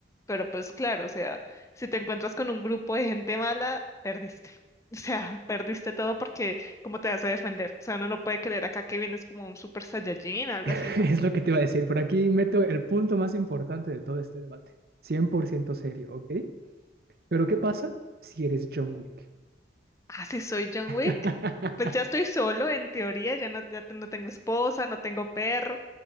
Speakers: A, on the left; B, on the right.
A: Pero pues claro, o sea, si te encuentras con un grupo de gente mala, perdiste. <laughs> O sea, perdiste todo porque ¿cómo te vas a defender? O sea, uno no puede creer acá que vienes como un super saiyajin, algo
B: <laughs> Es
A: así, no.
B: lo que te iba a decir. Por aquí meto el punto más importante de todo este debate. 100% serio, ¿ok? Pero ¿qué pasa si eres John Wick?
A: Así soy John
B: <laughs>
A: Wick. Pues ya estoy solo, en teoría, ya no, ya te- no tengo esposa, no tengo perro,